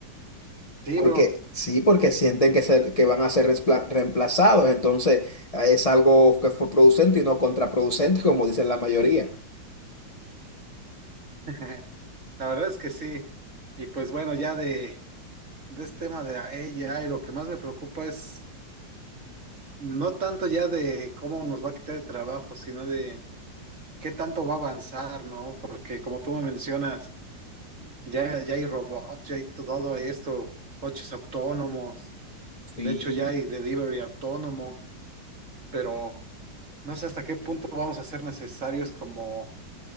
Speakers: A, on the right (about 45°); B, on the left (about 35°).
A: Sí,
B: Porque
A: bro.
B: sí, porque sienten que, ser- que van a ser respla- reemplazados, entonces eh, es algo que fue producente y no contraproducente, <laughs> como dicen la mayoría.
A: <laughs> La verdad es que sí. Y pues bueno, ya de, de este tema de ella, y lo que más me preocupa es no tanto ya de cómo nos va a quitar el trabajo, sino de qué tanto va a avanzar, ¿no? Porque como tú me mencionas, ya, ya hay robots, ya hay todo esto, coches autónomos,
B: Sí.
A: de hecho ya hay delivery autónomo, pero no sé hasta qué punto vamos a ser necesarios como